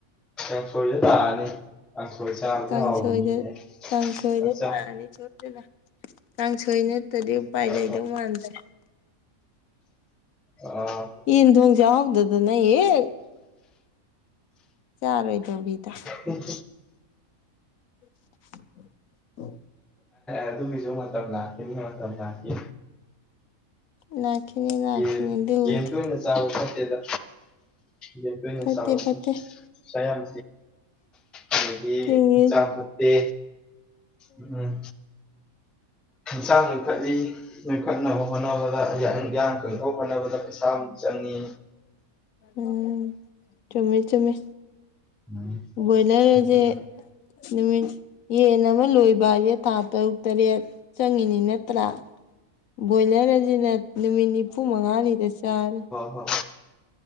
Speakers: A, in the centre; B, on the left.
A: ꯀꯥꯡꯁꯣꯏꯗ ꯇꯥꯔꯅꯤ ꯀꯥꯡꯁꯣꯏ ꯆꯥꯕꯁꯦ
B: ꯀꯥꯡꯁꯣꯏꯗ
A: ꯍꯥꯎꯕꯅꯤꯅꯦ
B: ꯀꯥꯡꯁꯣꯏꯗ
A: ꯑꯠꯆꯥ
B: ꯇꯥꯔꯅꯤ ꯁꯣꯏꯗꯅ ꯀꯥꯡꯁꯣꯏ ꯅꯠꯇ꯭ꯔꯗꯤ ꯎꯄꯥꯏ
A: ꯑꯥ
B: ꯂꯩꯗꯧ ꯃꯥꯟꯗ꯭ꯔꯦ
A: ꯑꯣ
B: ꯌꯦꯟ ꯊꯣꯡ ꯆꯥꯍꯧꯗꯗꯅ ꯍꯦꯛ ꯆꯥꯔꯣꯏꯗꯧꯔꯤꯗ
A: ꯎꯝ
B: <inaudible>
A: ꯑꯗꯨꯒꯤꯁꯨ ꯃꯇꯝ ꯂꯥꯛꯈꯤꯅꯤꯅ ꯃꯇꯝ ꯂꯥꯛꯈꯤ
B: ꯂꯥꯛꯈꯤꯅꯤ ꯂꯥꯛꯈꯤꯅꯤ
A: ꯌꯦꯟ
B: ꯗꯨꯗꯤ
A: ꯌꯦꯟ ꯇꯣꯏꯅ ꯆꯥꯕ ꯐꯠꯇꯦꯗ ꯌꯦꯟ ꯇꯣꯏꯅ
B: ꯐꯠꯇꯦ
A: ꯆꯥꯕ
B: ꯐꯠꯇꯦ
A: ꯆꯌꯥꯝ ꯑꯗꯒꯤ
B: ꯊꯤꯡꯉꯤ
A: ꯆꯥ ꯐꯠꯇꯦ ꯎꯝ ꯆꯥꯡ ꯅꯣꯏꯈꯠꯂꯤ ꯅꯣꯏꯈꯠꯅꯕ ꯍꯣꯠꯅꯕꯗ ꯌꯥ ꯌꯥꯡꯀꯪꯅꯕ ꯍꯣꯠꯅꯕꯗ ꯄꯩꯁꯥ ꯑꯃꯨꯛ ꯆꯪꯒꯤ
B: ꯎꯝ ꯆꯨꯝꯃꯦ ꯆꯨꯝꯃꯦ
A: ꯎꯝ
B: ꯕꯣꯏꯂꯔꯖꯦ
A: ꯎꯝ
B: ꯅꯨꯃꯤꯠ ꯌꯦꯟ ꯑꯃ ꯂꯣꯏꯕꯁꯦ ꯊꯥ ꯇꯔꯨꯛ ꯇꯔꯦꯠ ꯆꯪꯉꯤꯅꯤ ꯅꯠꯇ꯭ꯔꯥ ꯕꯣꯏꯂꯔ ꯑꯁꯤꯅ ꯅꯨꯃꯤꯠ ꯅꯤꯐꯨ ꯃꯉꯥꯅꯤꯗ ꯆꯥꯔꯦ
A: ꯑꯣ